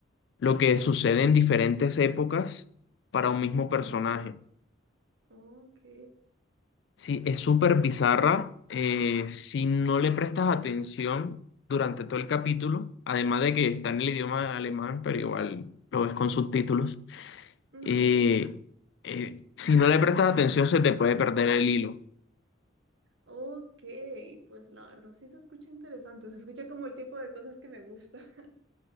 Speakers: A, on the left (about 65°); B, on the right (about 75°).
A: lo que sucede en diferentes épocas para un mismo personaje.
B: Ok. Ok.
A: Sí, es súper bizarra. eh, si no le prestas atención durante todo el capítulo, además de que está en el idioma alemán, pero igual lo ves con subtítulos,
B: Ujú.
A: eh, eh, si no le prestas atención se te puede perder el hilo.
B: Ok, pues la verdad sí se escucha interesante, se escucha como el tipo de cosas que me gusta. <laughs>